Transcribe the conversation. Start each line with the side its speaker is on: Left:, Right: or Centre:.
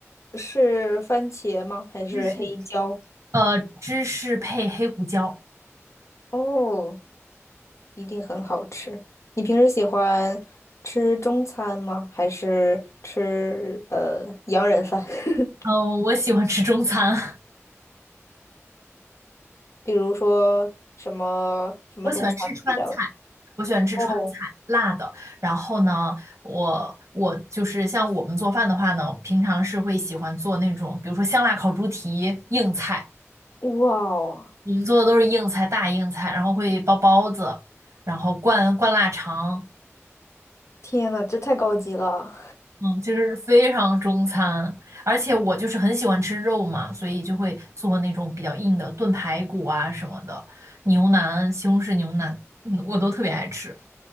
Left: 是番茄吗？还是黑椒？
Right: 芝士，呃，芝士配黑胡椒，
Left: 哦，一定很好吃。你平时喜欢吃中餐吗？还是吃呃洋人饭？<laughs>
Right: 呃，我喜欢吃中餐，
Left: 比如说什么什么中餐比较？
Right: <laughs> 我喜欢吃川菜，我喜欢吃川菜，
Left: 哦，
Right: 辣的。然后呢，我我就是像我们做饭的话呢，平常是会喜欢做那种，比如说香辣烤猪蹄，硬菜。
Left: 哇哦，
Right: 我们做的都是硬菜，大硬菜，然后会包包子，然后灌灌腊肠，
Left: 天呐，这太高级了。
Right: 嗯，就是非常中餐。而且我就是很喜欢吃肉嘛，所以就会做那种比较硬的炖排骨啊什么的，牛腩、西红柿牛腩，嗯，我都特别爱吃，